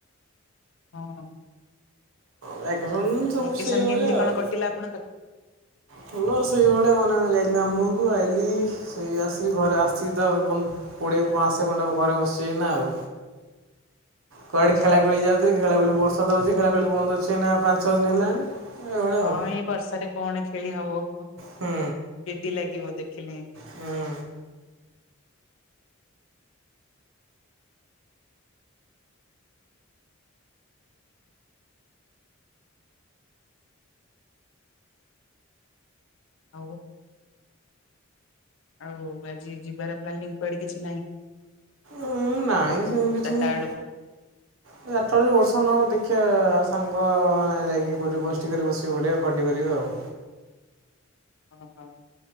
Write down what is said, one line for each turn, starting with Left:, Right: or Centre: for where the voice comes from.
Left: ହଁ
Right: ବ୍ୟାକଗ୍ରାଉଣ୍ଡ ସବୁ
Left: ଭ୍ୟାକେସନ
Right: ସେଇଭଳିଆ
Left: କେମତି
Right: ଆଉ।
Left: କ'ଣ କଟିଲା ଆପଣଙ୍କର?
Right: ଭଲ ସେଇଭଳିଆ ମାନେ ଯାଇଥିଲି ଆମୁରକୁ ଆଇଲିି ସେଇ ଆସିକି ଘରେ ଆସିକି ତ କୋଡ଼ିଏ ମାସେ ଖଣ୍ଡେ ହବ ଘରେ ବସିବି ଏଇନା ଆଉ। କୁଆଡେ ଖେଳା ଖୁଳି ଯାଉଥିଲି ଖେଳା ଖୋଳି ବର୍ଷା ତ ହଉଚି ଖେଳା ଖେଳି ବନ୍ଦ ଅଛି ଏଇନା ପାଞ୍ଚ ଛଅଦିନ ହେଲାଣି। ଏଇଭଳିଆ
Left: ହଁ
Right: ଆଉ
Left: ଏ ବର୍ଷାରେ କ'ଣ ଖେଳି ହବ ଚିଡି
Right: ହୁଁ
Left: ଲାଗିବ ଦେଖିଲେ।
Right: ହୁଁ
Left: ଆଉ ଆଉ ଆଜି ଯିବାର ପ୍ଲାନିଙ୍ଗ କୁଆଡେ କିଛି ନାହିଁ।
Right: ଉଁ ନାଇଁ ସେମିତି କିଛି
Left: ଚାରିଟା
Right: ନାଇଁ
Left: ବେଳକୁ
Right: ଚାରଟା ବେଳେ ବର୍ଷା ନହବ ଦେଖିଆ ସାଙ୍ଗମାନେ ଯାଇକି ଗୋଟେ ଗୋଷ୍ଠୀ କରି ବସିବୁ ଗୋଟେ ଖଟି କରିବେ ଆଉ।
Left: ଓହୋ